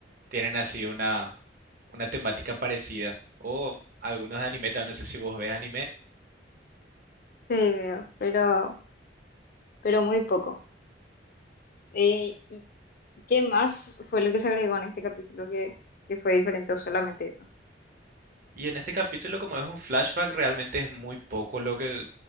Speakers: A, on the right; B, on the left.
A: tienen así una, una temática parecida. O algunos de anime, también no sé si vos ves anime.
B: sí, veo, pero, pero muy poco. Eh, ¿y qué más fue lo que se agregó en este capítulo que, que fue diferente o solamente eso?
A: Y en este capítulo, como es un flashback, realmente es muy poco lo que